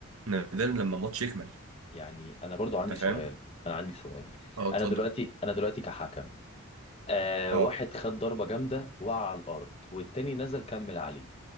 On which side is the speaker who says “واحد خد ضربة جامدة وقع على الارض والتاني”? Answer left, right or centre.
Left